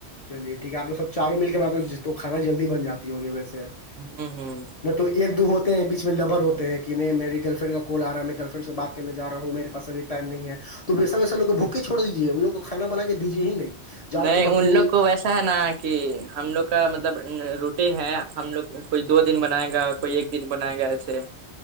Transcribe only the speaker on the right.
ہوں ہوں
نہیں
ان لوگ کو ویسا ہے نا کہ ہم لوگ کا مطلب روٹی ہے ہم لوگ کچھ دو دن بنائے گا کوئی ایک دن بنایا گیا ایسے